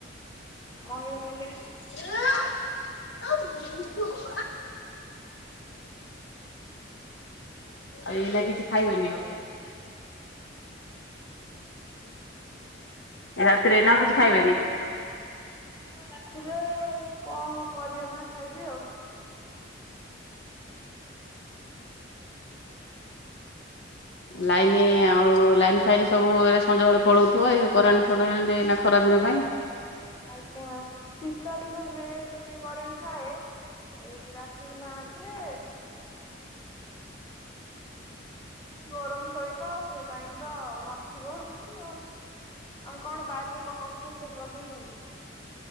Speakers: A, on the left (about 20°); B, on the left (about 65°).
A: ମହିଳା ହେଲେଣି।
B: ଏ ଏ। ଆଉ ଏଇଲା କିଛି ଖାଇବନି ଆଉ। ରାତିରେ ନାଉ କିଛି ଖାଇବେନି।
A: ହଁ ରାତିରେ କଣ କରିବେ ମା ଖାଇବି ଆଉ।
B: ଲାଇନ ଆଉ ଲାଇନ୍ ଫାଇନ ସବୁରେ ସଞ୍ଜବେଳେଳାଉଥିବ ଏଇ କରେଣ୍ଟ ଫଟରେଣ୍ଟ ଏଇନା ଖରାଦିନ ପାଇଁ।
A: ଆଜ୍ଞା ଶୀତ ଦିନ ହେଲେ ଟିକେ କରେଣ୍ଟ ଥାଏ। ଏଇ ରାତି ହେଲା ମାତ୍ରେ। ଗରମ ସହିତ ସେ ଲାଇନ ତ ନଥିବ ଆଉ। ଆଉ କଣ ବାରିରେ କଣ ଗଛ ଫଛ ସବୁ ଲଗେଇଛନ୍ତି।